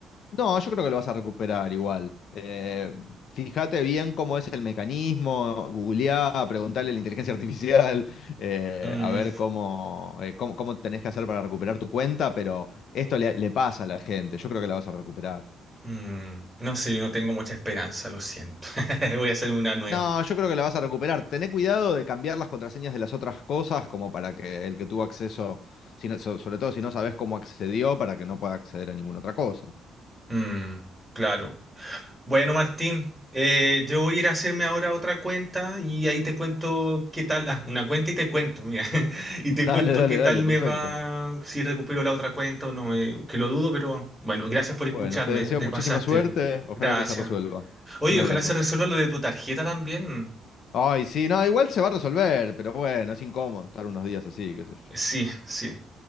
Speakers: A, on the left; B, in the centre.
A: No, yo creo que lo vas a recuperar igual. Eh, fíjate bien cómo es el mecanismo, googleá, preguntale a la inteligencia artificial, <laughs> eh,
B: Mm,
A: a ver cómo, eh, cómo, cómo tenés que hacer para recuperar tu cuenta, pero esto le, le pasa a la gente, yo creo que la vas a recuperar.
B: Mm, no sé, yo no tengo mucha esperanza, lo siento. <laughs> Voy a hacerme una nueva.
A: No, yo creo que la vas a recuperar. Tené cuidado de cambiar las contraseñas de las otras cosas como para que el que tuvo acceso, si no- so- sobre todo si no sabes cómo accedió, para que no pueda acceder a ninguna otra cosa.
B: Mm, claro. Bueno, Martín, eh, yo voy a ir a hacerme ahora otra cuenta y ahí te cuento qué tal. Ah, una cuenta y te cuento, mira. <laughs> Y te
A: Dale,
B: cuento
A: dale,
B: qué
A: dale,
B: tal me
A: perfecto.
B: va, si recupero la otra cuenta o no, eh, que lo dudo, pero bueno, gracias por escucharme,
A: Bueno, te deseo
B: eh, te
A: muchísima
B: pasaste.
A: suerte, ojalá
B: Gracias.
A: que se resuelva.
B: Oye,
A: Un
B: ojalá
A: abrazo.
B: se resuelva lo de tu tarjeta también.
A: Ay, sí, no, igual se va a resolver, pero bueno, es incómodo estar unos días así, qué sé yo.
B: Sí, sí.